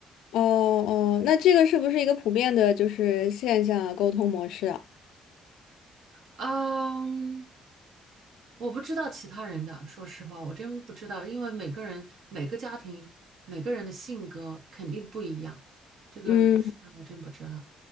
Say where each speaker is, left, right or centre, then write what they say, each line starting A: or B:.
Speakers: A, on the left; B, on the right.
A: 哦哦，那这个是不是一个普遍的就是现象啊沟通模式啊？
B: 嗯，我不知道其他人的，说实话，我真不知道，因为每个人、每个家庭、每个人的性格肯定不一样，这个是我真不知道，
A: 嗯。